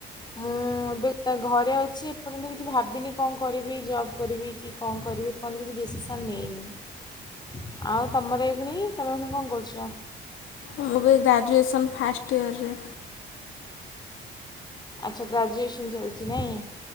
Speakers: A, on the left (about 20°); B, on the left (about 80°).
A: ମୁଁ ଏବେ ଘରେ ଅଛି ଏପର୍ଯ୍ୟନ୍ତ କିଛି ଭାବିନି କଁ କରିବି ଜବ କରିବି କି କଁ କରିବି। ଏପନ୍ତ କିଛି ଡିସିସନ୍ ନେଇନି ଆଉ ତମର ଏଇଖୁଣି ତମେ ଏଇଖୁଣି କଣ କରୁଚ?
B: ମୁଁ ବି ଗ୍ରାଜୁଏସନ୍ ଫାଷ୍ଟ ଇୟରରେ।
A: ଆଚ୍ଛା ଗ୍ରାଜୁଏସନ୍ ଚାଲିଚି ନାଇଁ।